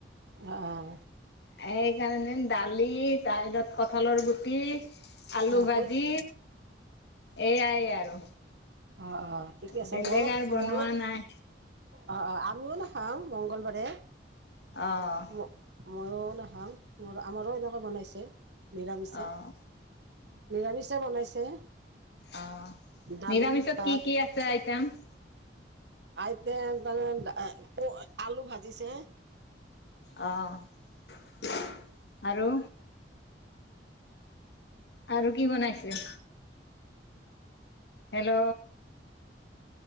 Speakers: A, on the right; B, on the left.
A: অহ।
B: সেইকাৰণে দালি ডাইলত কঁঠালৰ গুটি আলু
A: অঁ
B: ভাজি
A: কৈ আছে
B: এইয়াই আৰু।
A: অ', অ', ঠিকে আছে
B: বেলেগ
A: ময়ো,
B: আৰু বনোৱা
A: ময়ো।
B: নাই
A: অ', অ', আমিও নাখাওঁ মংগলবাৰে।
B: অ'।
A: ম মইয়ো নাখাওঁ মোৰ আমাৰো এনেকৈ বনাইছে। নিৰামিষে
B: অহ
A: নিৰামিষে বনাইছে।
B: অ',
A: দালি
B: নিৰামিষত
A: ভাত
B: কি, কি আছে আইটেম?
A: আইতেম তান মানে ক আলু ভাজিছে।
B: অহ আৰু। আৰু কি বনাইছে? হেল্ল'।